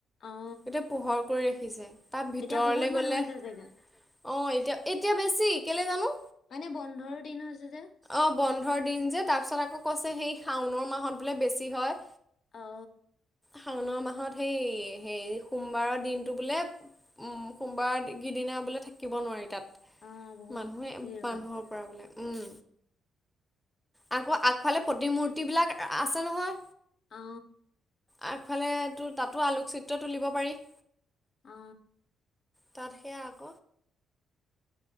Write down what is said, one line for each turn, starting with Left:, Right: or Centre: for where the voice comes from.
Left: অ
Centre: গোটেই পোহৰ কৰি ৰাখিছে, তাত ভিতৰলে
Left: এতিয়া বহুত মানুহ
Centre: গ'লে
Left: হৈছে চাগে
Centre: - অ এতিয়া, এতিয়া বেছি কেলে জানো?
Left: মানে বন্ধৰ দিন হৈছে যে।
Centre: অ বন্ধৰ দিন যে, তাৰপিছত আকৌ কৈছে সেই শাওনৰ মাহত বোলে বেছি হয়।
Left: অঁ।
Centre: শাওণ মাহত সেই হে সোমবাৰৰ দিনটো বোলে - উম, সোমবাৰ গিদিনা বোলে থাকিব নোৱাৰি তাত।
Left: অ বহুত
Centre: মানুহে
Left: ভিৰ
Centre: মানুহৰ
Left: হয়
Centre: পৰা বোলে, উম। আকৌ আগফালে প্ৰতিমূৰ্তি বিলাক আ আছে নহয়।
Left: অঁ।
Centre: আগফালে তোৰ তাতো আলোকচিত্ৰ তুলিব পাৰি।
Left: অ।
Centre: তাত সেয়া আক।